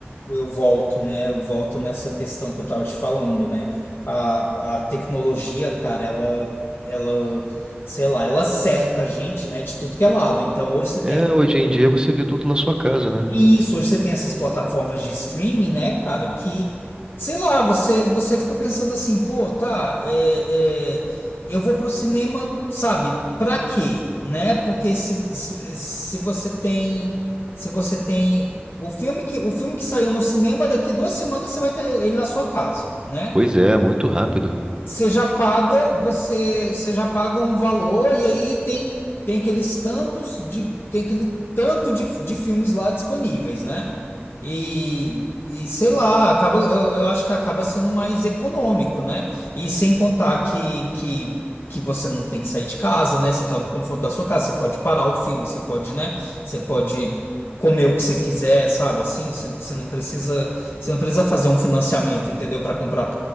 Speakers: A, on the left; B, on the right.
A: eu volto, né? Eu volto nessa questão que eu tava te falando, né? A, a tecnologia, cara, ela, ela, sei lá, ela cerca a gente, né, de tudo que é lado. Então, hoje você
B: É,
A: tem
B: hoje em dia você vê tudo na sua casa, né?
A: e Isso, hoje você tem essas plataformas de streaming, né, cara, que, sei lá, você, você fica pensando assim, pô, tá, é, é, eu vou pro cinema, sabe, pra quê, né? Porque se, se, se você tem, se você tem o filme que, o filme que saiu no cinema, daqui duas semanas você vai ter ele na sua casa, né?
B: Pois é, muito rápido.
A: Você já paga, você, você já paga um valor e aí tem tem aqueles tantos de tem aquele tanto de, de filmes lá disponíveis, né? E, e sei lá, acaba eu, eu acho que acaba sendo mais econômico, né? E sem contar que, que que você não tem que sair de casa, né? Você tá no conforto da sua casa, você pode parar o filme, você pode, né? Você pode comer o que você quiser, sabe? Assim, você, você não precisa você não precisa fazer um financiamento, entendeu? Para comprar